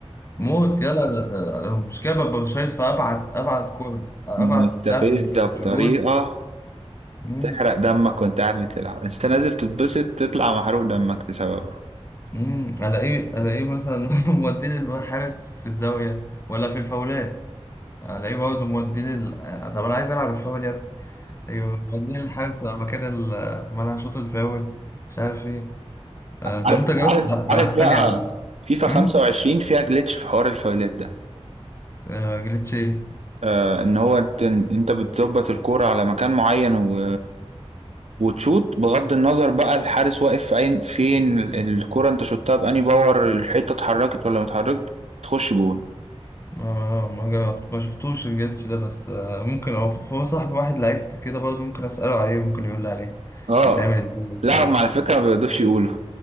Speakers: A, on the left; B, on the right.
A: موت يلا أنا- أنا المشكله ببقى شايط في ابعد ابعد كوره ابعد
B: مستفزة
A: بتاع في ال-
B: بطريقة
A: في الجول امم
B: تحرق دمك وانت قاعد بتلعب انت نازل تتبسط تطلع محروق دمك بسببها
A: امم على ايه على ايه مثلا <laughs> مودين الحارس في الزاويه ولا في الفاولات على ايه برضه مودين ال... طب انا عايز العب الفاول يا ايوه بعدين الحارس لما كان ال- لما انا شوط الفاول مش عارف ايه آه طب
B: عارف
A: انت جربت
B: عارف
A: العاب
B: عارف بقى
A: تانية على البي
B: فيفا
A: امم
B: 25 فيها جلitch في حوار الفاولات ده
A: آه جليتش ايه
B: آه ان هو انت, انت بتظبط الكورة على مكان معين و وتشوط بغض النظر بقى الحارس واقف في عين فين ال- الكرة انت شوتها بأني باور الحتة اتحركت ولا ما اتحركت تخش جون
A: ما ما جربت ما شفتوش الجليتش ده بس آه ممكن هو ف- هو صاحب واحد لعيب كده برضه ممكن اساله عليه ممكن يقول لي عليه
B: اه
A: بيتعمل ازاي وبتاع
B: لا هم على فكرة ما بيقدرش يقولوا